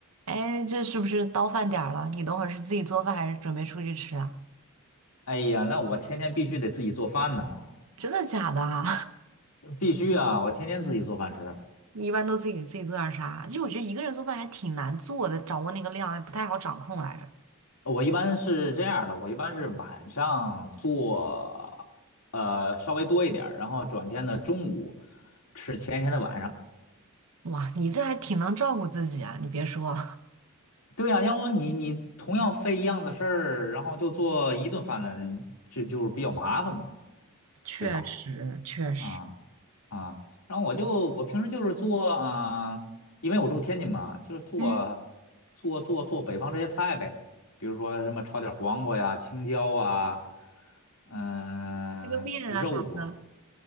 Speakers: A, on the right; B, on the left.
A: 哎，这是不是到饭点儿了？你等会儿是自己做饭还是准备出去吃啊？
B: 哎呀，那我天天必须得自己做饭呐，
A: 真的假的啊？
B: 必须啊，我天天自己做饭吃。
A: <laughs> 你一般都自己给自己做点儿啥？就我觉得一个人做饭还挺难做的，掌握那个量还不太好掌控来着。
B: 我一般是这样儿的，我一般是晚上做，呃，稍微多一点儿然后转天的中午吃前一天的晚上。
A: 哇，你这还挺能照顾自己啊！你别说，
B: 对呀，要不你你同样费一样的事儿，然后就做一顿饭呢，就就是比较麻烦嘛，
A: <laughs> 确实确实，
B: 对吧？啊啊，然后我就我平时就是做啊，因为我住天津嘛，就是做做做做北方这些菜呗，
A: 嗯，
B: 比如说什么炒点黄瓜呀、青椒啊，嗯、
A: 这个面啊啥的，
B: 肉啊，